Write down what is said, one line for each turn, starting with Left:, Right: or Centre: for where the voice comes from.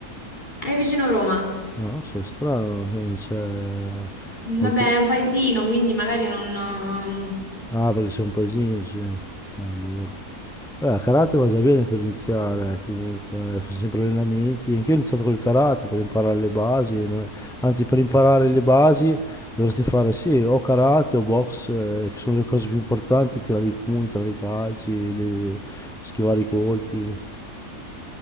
Left: È vicino a Roma.
Centre: No, non so, strano che non c'è
Left: Mm,
Centre: auto...
Left: Vabbè, è un paesino, quindi magari non...
Centre: Ah, perché sei un paesino, sì. Allora. Eh, karate va già bene per iniziare, comunque, faccio sempre allenamenti. Anch'io ho iniziato col karate per imparare le basi, non è- anzi per imparare le basi dovresti fare sì, o karate o box, eh, che sono le cose più importanti, tirare i pugni, tirare i calci, le- schivare i colpi.